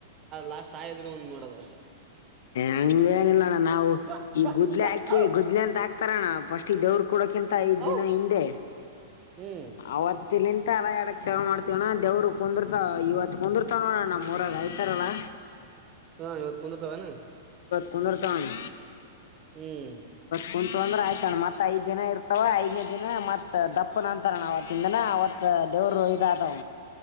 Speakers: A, on the right; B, on the left.
A: ಲಾಸ್ಟ್ ಸಾಯೋ ದಿನ ಒಂದ್ ನೋಡೋದು ಅಷ್ಟೇ
B: ಹಂಗ ಏನಿಲ್ಲ ಅಣ್ಣ ನಾವು
A: ಬಾ
B: ಈ
A: ಬಾ
B: ಗುದ್ಲೆ
A: ಬಾ
B: ಹಾಕಿ
A: ಔ
B: ಗುದ್ಲಿ ಅಂತ ಹಾಕ ತ ಬ ದವ್ರರು ಕೂಡಕಿಂತ ಐದ್ ದಿನ
A: ಔ
B: ಹಿಂದೆ
A: ಹ್ಮ್
B: ಅವತ್ ನಿಂತ ಅಲ ಎಾಡಕ್ ಚೇವ ಮಾಡ್ತವಣ ದೇವ್ರು ಕುಂದರ್ತಾವ ಇವತ್ತ್ತು ಕುಂದಿರ್ತಾವ ನೋಡಣ ನಮ್ಮ ಮೂರಾಗ ಆಯ್ತಾರಲ್ಲಾ
A: ಹಾ ಇವತ್ತು ಕುಂತತವೆನ
B: ಕುನರ್ತನ್
A: ಹ್ಮ್
B: ಕುಂತ್ರು ಅಂದ್ರ ಆಯ್ತಣ್ಣ ಮತ್ ಐದ್ ದಿನ ಇರ್ತವ ಐದನೇ ದಿನ ಮತ್ ದಪ್ಪನ ಅಂತಾರಣ ಅವತ್ತಿಂದನ ಅವತ್ ದೇವ್ರ ರ ಇದ ಆತವ